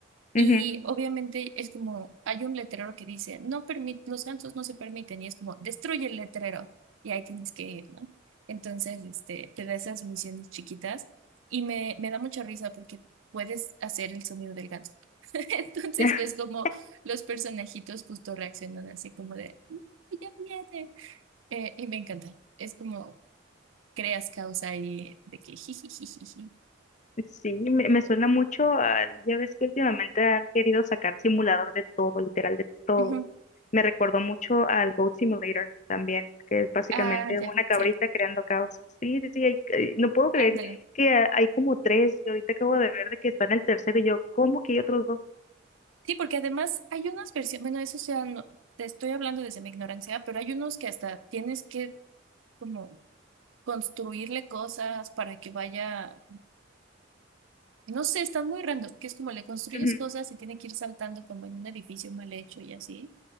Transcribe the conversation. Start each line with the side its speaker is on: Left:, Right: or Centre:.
Right: Y
Left: ujú.
Right: obviamente es como, hay un letrero que dice, no permit, los gansos no se permiten, y es como, destruye el letrero, y ahí tienes que ir, ¿no? Entonces, este, te da esas misiones chiquitas, y me, me da mucha risa porque puedes hacer el sonido del ganso. <laughs> Entonces,
Left: <laughs>
Right: pues como los personajitos justo reaccionan así como de, "No, ya viene. Eh, y me encanta. Es como creas causa ahí de que jijijijiji.
Left: Ya, Sí, me, me suena mucho a, ya ves que últimamente han querido sacar simulador de todo, literal de todo.
Right: Ujú.
Left: Me recordó mucho al Goat Simulator también, que es básicamente
Right: Ah, ya,
Left: una cabrita
Right: sí,
Left: creando caos. Sí, sí, sí, hay- eh, no puedo creer
Right: ándale.
Left: que ha- hay como tres, y ahorita acabo de ver de que está en el tercero, y yo, ¿cómo que hay otros dos?
Right: Sí, porque además hay unas versiones, bueno, eso ya no, te estoy hablando desde mi ignorancia, pero hay unos que hasta tienes que como construirle cosas para que vaya, no sé, están muy random, que es como le construyes
Left: Ujú,
Right: cosas y tiene que ir saltando como en un edificio mal hecho y así.